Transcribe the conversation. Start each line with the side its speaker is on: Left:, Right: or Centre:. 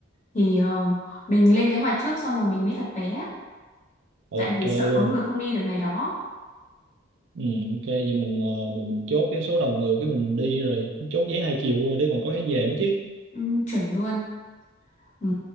Left: thì ờ, mình lên kế hoạch trước xong rồi mình mới đặt vé tại
Right: Ok
Left: vì sợ
Right: luôn.
Left: có người không đi được ngày đó
Right: Ừ, ok vậy mình ờ, mình mình chốt cái số đầu người cái mình đi rồi chốt vé hai chiều luôn rồi đi còn có cái về nữa chứ.
Left: ừ, chuẩn luôn ừ,